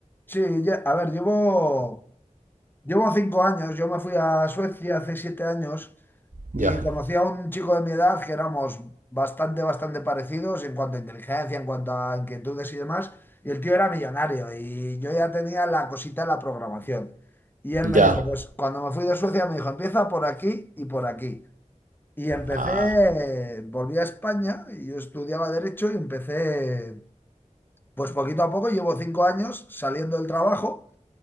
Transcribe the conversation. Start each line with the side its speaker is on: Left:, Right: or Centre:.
Left: Sí, lle- a ver, llevo, Llevo cinco años, yo me fui a Suecia hace siete años
Right: Ya,
Left: y conocí a un chico de mi edad que éramos bastante, bastante parecidos en cuanto a inteligencia, en cuanto a inquietudes y demás. Y el tío era millonario y yo ya tenía la cosita de la programación. Y él me
Right: ya.
Left: dijo, pues cuando me fui de Suecia me dijo, empieza por aquí y por aquí. Y empecé,
Right: Ah,
Left: volví a España y yo estudiaba derecho y empecé, pues poquito a poco, llevo cinco años saliendo del trabajo